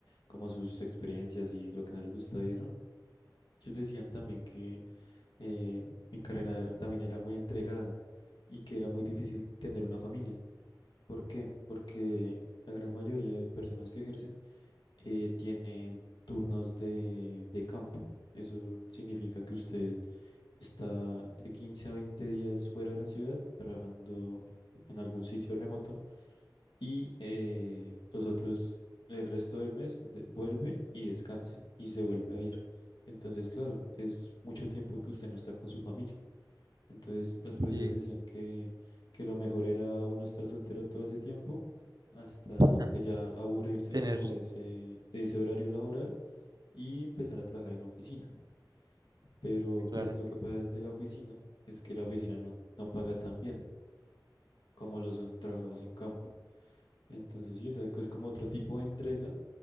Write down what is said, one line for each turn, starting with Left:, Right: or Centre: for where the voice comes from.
Left: como sus experiencias y lo que no les gustaba y eso, ellos decían también que eh, mi carrera era- también era muy entregada y que era muy difícil tener una familia. ¿Por qué? Porque la gran mayoría de personas que ejercen eh, tienen turnos de, de campo. Eso significa que usted está de 15 a 20 días fuera de la ciudad trabajando en algún sitio remoto y eh, los otros, el resto del mes, de- vuelve y descansa y se vuelve a ir. Entonces, claro, es mucho tiempo que usted no está con su familia. Entonces los profesores
Right: Sí,
Left: decían que, que lo mejor era uno estar soltero todo ese tiempo hasta
Right: ah,
Left: pues ya aburrirse
Right: tener
Left: como de ese, de ese horario laboral y empezar a trabajar en oficina. Pero
Right: clara.
Left: pues lo que pasa de la oficina es que la oficina no, no paga tan bien como lo son trabajos en campo. Entonces sí, o sea, que es como otro tipo de entrega,